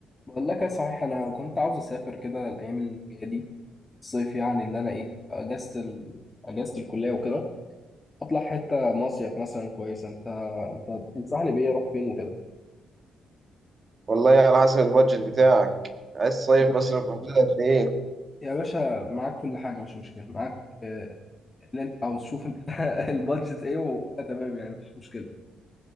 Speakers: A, on the left; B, on the right.
A: بقول لك ايه صحيح انا كنت عاوز اسافر كده الايام الجايه دي الصيف يعني اللي انا ايه اجازه ال... اجازه الكليه وكده اطلع حته مصيف مثلا كويس انت انت تنصحني بايه اروح فين وكده
B: والله على حسب البادجت بتاعك عايز تصيف
A: يا باشا
B: مثلا في حدود قد ايه
A: يا باشا معاك كل حاجه مش مشكله معاك آه، اللي انت عاوز شوف انت <laughs> البادجت ايه و- وانا تمام يعني مفيش مشكله